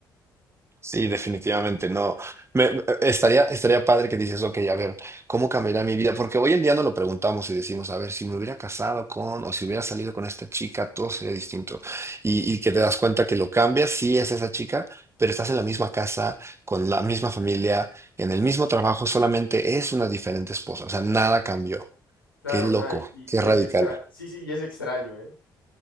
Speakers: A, on the right; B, on the left.
A: Sí, definitivamente no. Me, me- estaría, estaría padre que dices, ok, a ver, ¿cómo cambiaría mi vida? Porque hoy en día no lo preguntamos y decimos, a ver, si me hubiera casado con o si hubiera salido con esta chica, todo sería distinto. Y, y que te das cuenta que lo cambias, sí es esa chica, pero estás en la misma casa, con la misma familia, en el mismo trabajo, solamente es una diferente esposa. O sea, nada cambió.
B: Claro,
A: Qué loco,
B: nada, y,
A: qué
B: y
A: radical.
B: es extra, sí, sí, y es extraño, ¿eh?